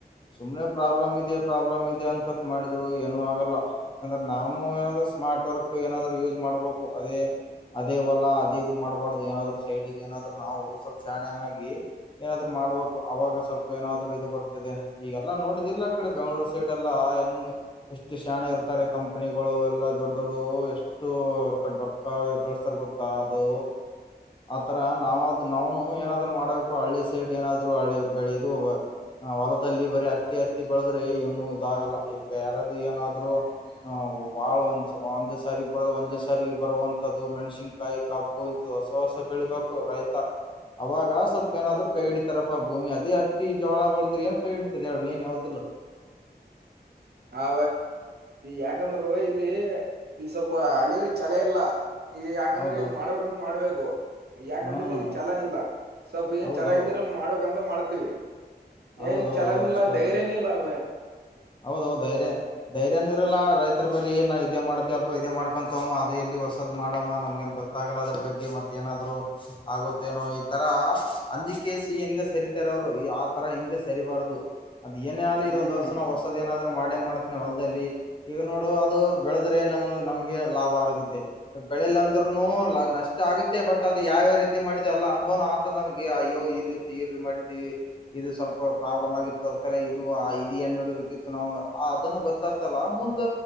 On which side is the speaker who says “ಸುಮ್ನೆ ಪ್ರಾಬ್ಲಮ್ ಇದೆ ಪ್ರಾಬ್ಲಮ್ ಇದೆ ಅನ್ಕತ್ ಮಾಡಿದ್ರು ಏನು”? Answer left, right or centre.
Left